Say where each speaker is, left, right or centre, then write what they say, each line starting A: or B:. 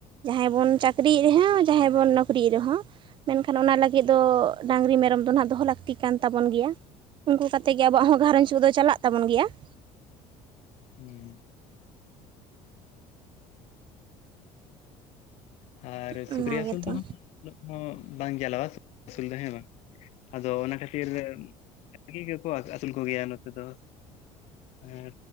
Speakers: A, on the right; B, on the left.
A: ᱡᱟᱦᱟᱸᱭ ᱵᱚᱱ ᱪᱟᱹᱠᱨᱤᱭᱜ ᱨᱮᱦᱚᱸ ᱡᱟᱦᱟᱸᱭ ᱵᱚᱱ ᱱᱚᱠᱨᱤᱭᱮᱫ ᱨᱮᱦᱚᱸ ᱾ ᱢᱮᱱᱠᱷᱟᱱ ᱚᱱᱟ ᱞᱟᱹᱜᱤᱫ ᱫᱚ ᱰᱟᱝᱨᱤ ᱢᱮᱨᱚᱢ ᱫᱚ ᱱᱟᱸᱦᱜ ᱫᱚᱦᱚ ᱞᱟᱹᱠᱛᱤ ᱠᱟᱱ ᱛᱟᱵᱚᱱ ᱜᱮᱭᱟ ᱾ ᱩᱱᱠᱩ ᱠᱟᱛᱮᱜ ᱜᱮ ᱟᱵᱚᱣᱟᱜ ᱦᱚᱸ ᱜᱷᱟᱨᱚᱸᱧᱡᱽ ᱠᱚᱫᱚ ᱪᱟᱞᱟᱜ ᱛᱟᱵᱚᱱ ᱜᱮᱭᱟ ᱾
B: ᱦᱩᱸ ᱾ ᱟᱨ ᱥᱩᱠᱨᱤ
A: ᱚᱱᱟ
B: ᱟᱹᱥᱩᱞ
A: ᱜᱮᱛᱚ
B: ᱫᱚ ᱦᱟᱸᱜ ᱩᱱᱟᱹᱜ ᱦᱚᱸ ᱵᱟᱝ ᱡᱟᱞᱟᱣᱟ ᱾ <unintelligible> ᱟᱹᱥᱩᱞ ᱫᱚ ᱦᱮᱸ ᱵᱟᱝ? ᱟᱫᱚ ᱚᱱᱟ ᱠᱷᱟᱹᱛᱤᱨ ᱵᱷᱟᱹᱜᱤ ᱜᱮᱠᱚ ᱟ ᱟᱹᱥᱩᱞ ᱠᱚᱜᱮᱭᱟ ᱱᱚᱛᱮ ᱫᱚ ᱟᱨ